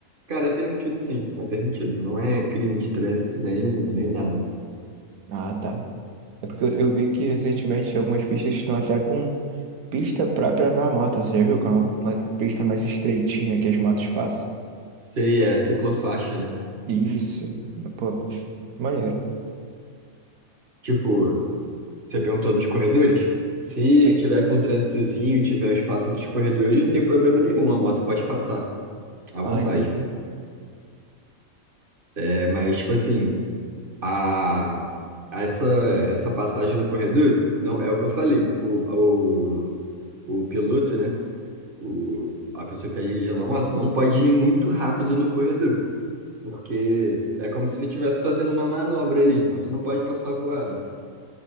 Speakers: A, on the right; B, on the right.
A: cara, é permitido sim, é permitido. Não é crime de trânsito nem, nem nada.
B: Ah, tá. É porque eu, eu vi que recentemente algumas pistas estão até com pista própria pra moto, você já viu? Que é uma, uma pista mais estreitinha que as motos passam.
A: Sei, é ciclofaixa, né?
B: Isso. Pô, muito maneiro.
A: Tipo, Você perguntou dos corredores? Se
B: Sim.
A: tiver com um trânsitozinho, e tiver o espaço dos corredores, não tem problema nenhum, a moto pode passar, à vontade.
B: Ah, entendi.
A: É, mas, tipo assim, a, essa, essa passagem no corredor, não é o que eu falei. O, o, o piloto, né? O, a pessoa que está dirigindo a moto não pode ir muito rápido no corredor, porque é como se você estivesse fazendo uma manobra ali, então você não pode passar voado.